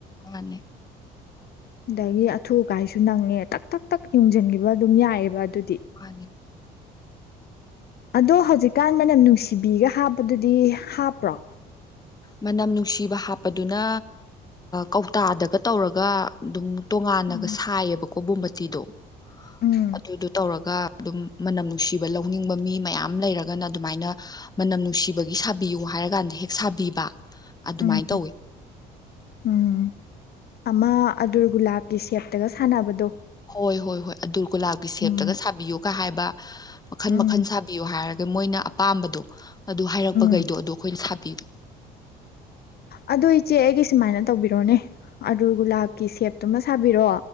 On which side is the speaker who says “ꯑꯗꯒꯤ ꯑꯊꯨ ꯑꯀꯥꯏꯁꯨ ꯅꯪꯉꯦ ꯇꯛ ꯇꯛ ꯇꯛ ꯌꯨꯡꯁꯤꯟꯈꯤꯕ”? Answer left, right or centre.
Left